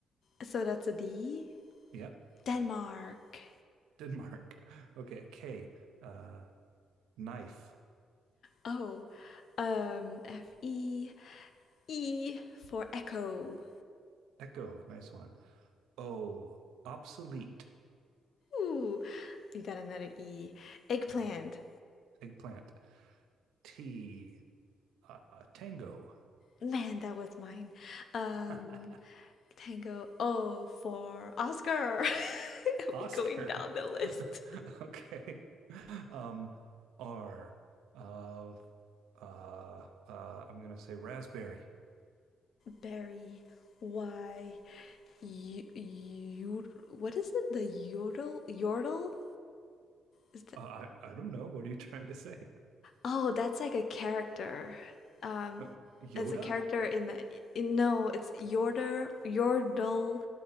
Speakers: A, on the left; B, on the right.
A: So that's a D.
B: Yep.
A: Denmark.
B: Denmark. <laughs> Okay. K. Uh, knife.
A: Oh, um, F E E for echo.
B: Echo. Nice one. O. Obsolete.
A: Ooh, you got another E. Eggplant.
B: Hmm, Eggplant. T. Uh, tango.
A: Man, that was mine. Um,
B: <laughs>
A: tango. O for Oscar. <laughs>
B: Oscar.
A: we going down the list.
B: <laughs> Okay. Um, R. Uh, uh, uh, I'm gonna say raspberry.
A: Berry. Y. Y- yod- what is it? The yodel? Yodel? Is that?
B: Uh, I I don't know. What are you <laughs> trying to say?
A: Oh, that's like a character. Um,
B: Uh, Yoda?
A: it's a character in, a, in no, it's Yordle. Yordle